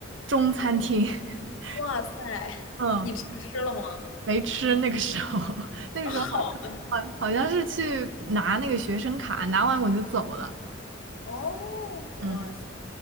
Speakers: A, on the right; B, on the left.
A: 中餐厅，<laughs>
B: 哇塞，
A: 嗯，
B: 你吃吃了吗？
A: 没吃。那个时候，<laughs> 那个时候好像好好像是去拿那个学生卡，
B: <laughs>
A: 拿完我就走了。
B: 哦，哇塞，
A: 嗯